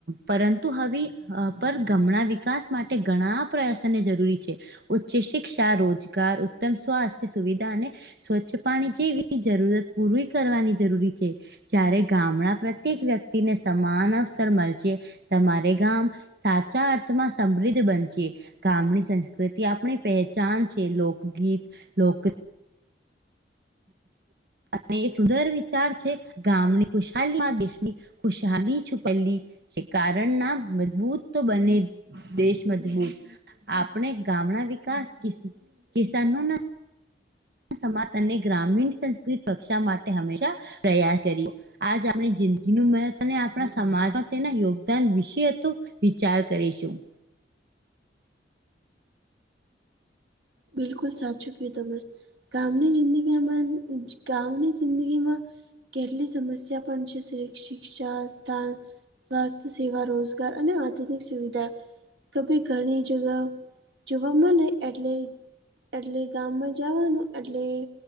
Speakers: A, on the right (about 55°); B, on the right (about 80°).
A: પરંતુ હવે પર ગમણાં વિકાસ માટે ઘણા પ્રયાસોની જરૂરી છે. ઉચ્ચ શિક્ષા, રોજગાર, ઉત્તમ સ્વાસ્થ્ય સુવિધા અને સ્વચ્છ પાણી જેવી જરૂરત પૂરી કરવાની જરૂરી છે. જ્યારે ગામના પ્રત્યેક વ્યક્તિને સમાન અવસર મળશે તમારે ગામ સાચા અર્થમાં સમૃદ્ધ બનશે. ગામની સંસ્કૃતિ આપણી પહેચાન છે લોકગીત લોક અને એક સુંદર વિચાર છે ગામની ખુશહાલીમાં દેશની ખુશહાલી છુપેલી જે કારણ ના મજબૂત તો બને દેશ મજબૂત આપણે ગાામના વિકાસ <unintelligible> સમાજ અને ગ્રામીણ સંસ્કૃત રક્ષા માટે હંમેશા પ્રયાસ કર્યો. આજ આપણી જિંદગીનું મહત્વ અને આપણા સમાજમાં તેના યોગદાન વિશે હતું. વિચાર કરીશું.
B: બિલકુલ સાચું કીધું તમે. ગામની જિંદગીમાં ગામની જિંદગીમાં કેટલી સમસ્યા પણ છે શ શિક્ષા સ્થાન સ્વાસ્થ્ય સેવા રોજગાર અને આધુનિક સુવિધા ક ભી ઘણી જગા જોવામાં નહી એટલે એટલે ગામમાં જવાનું એટલે